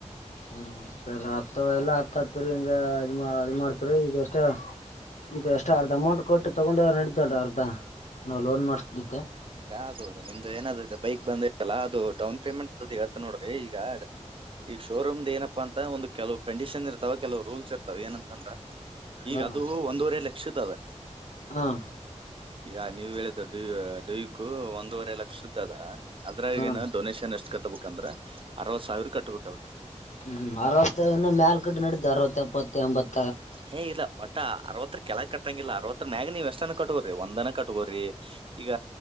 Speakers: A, on the left; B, on the right.
A: ಹ್ಮ್ ಸರ್ ಹತ್ ಎಲ್ಲಾ ಹತ್ತು ಹತ್ತುವರಿ ಇಂದ ಇದ್ ಅದ್ ಮಾಡ್ತೀರಿ, ಈಗ್ ಅಷ್ಟ ಈಗ ಅಷ್ಟ ಅರ್ಧ ಅಮೌಂಟ್ ಕೊಟ್ಟು ತಗೊಂಡ್ ಹೋದ್ರ್ ನಡಿತೈತಲ್ಲ ಅರ್ಧ ನಾವು ಲೋನ್ ಮಾಡ್ಸಿದ್ದ.
B: ಈಗ ಅದು ನಿಮ್ದು ಏನಾದ ಅದ್ ಬೈಕ್ ಬಂದೈತಲ್ಲ ಅದು ಡೌನ್ ಪೇಮೆಂಟ್ ಅ ಹೇಳ್ತಿನ್ ನೋಡ್ರಿ ಈಗ ಈ ಶೋರೂಮ್ದ್ ಏನಪ್ಪಾ ಅಂತ ಒಂದ್ ಕೆಲುವ್ ಕಂಡೀಷನ್ ಇರ್ತಾವ್ ಕೆಲುವ್ ರೂಲ್ಸ್ ಇರ್ತಾವ ಏನಂತಂದ್ರ. ಈಗ
A: ಹ್ಮ್
B: ಅದು ಒಂದೂವರೆ ಲಕ್ಷದ್ ಅದ
A: ಹ್ಮ್
B: ಈಗ ನೀವು ಹೇಳಿದ್ ಡು ಡ್ಯೂಕ್ ಒಂದೂವರೆ ಲಕ್ಷ್ಯದ್ ಅದ, ಅದ್ರಗನ
A: ಹ್ಮ್
B: ಡೊನೇಷನ್ ಎಷ್ಟು ಕಟ್ ತಗೋಬೇಕಂದ್ರ ಅರವತ್ ಸಾವಿರ ಕಟ್ಬೇಕ್ ಅದಕ್ಕ.
A: ಹ್ಮ್ ಅರವತ್ತನ್ನು ಮೇಲ್ ಕಟ್ಟ ನಡ್ದದ್ ಅರವತ್ತ ಎಪ್ಪತ್ತು ಎಂಬತ್ತು.
B: ಹೇ ಇಲ್ಲ ಒಟ್ಟ ಅರವತ್ ಹತ್ರ ಕೆಳಕ್ ಕಟ್ಟಂಗಿಲ್ಲ ಅರವತ್ತತ್ರರ ಮ್ಯಾಗ್ ನೀವ್ ಎಷ್ಟನ ಕಟ್ಟ್ಗೋರಿ ಒಂದನ ಕಟ್ಟ್ಗೋರಿ ಈಗ